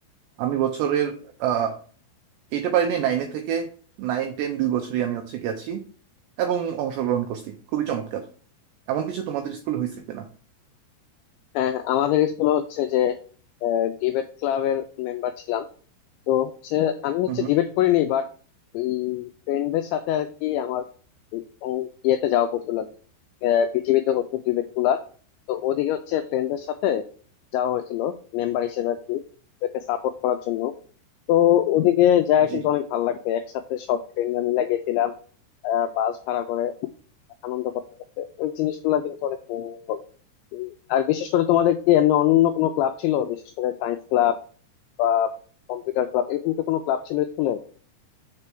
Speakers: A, on the right (about 85°); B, on the left (about 85°).
A: আমি বছরের আহ এইটে পারিনি নাইনে থেকে নাইন টেন দুই বছরই আমি হচ্ছে গেছি এবং অংশগ্রহণ করছি খুবই চমৎকার এমন কিছু তোমাদের স্কুলে হয়েছে কিনা
B: হ্যাঁ হ্যাঁ, আমাদের স্কুলে হচ্ছে যে ডিবেট ক্লাবের মেম্বার ছিলাম তো হচ্ছে আমি হচ্ছে
A: হুম হুম
B: ডিবেট করিনি বাট ওই ফ্রেন্ডদের সাথে আর কি আমার ওই অং- ইয়েতে যাওয়া পড়ছিল আর কি আহ, পৃথিবীতে হতো ডিবেট গুলা তো ওদিকে হচ্ছে ফ্রেন্ডদের সাথে যাওয়া হয়েছিল মেম্বার হিসেবে আর কি ওদেরকে সাপোর্ট করার জন্য তো ওদিকে যায়
A: জি
B: কিন্তু অনেক ভালো লাগবে একসাথে সব ফ্রেন্ডরা মিলে গেছিলাম আহ, বাস ভাড়া করে আনন্দ করতে করতে ওই জিনিসগুলো কিন্তু অনেক memorable। উম, আর বিশেষ করে তোমাদের কি এমনি অন্য কোনো ক্লাব ছিল বিশেষ করে সায়েন্স ক্লাব বা কম্পিউটার ক্লাব এরকম কি কোনো ক্লাব ছিল স্কুলে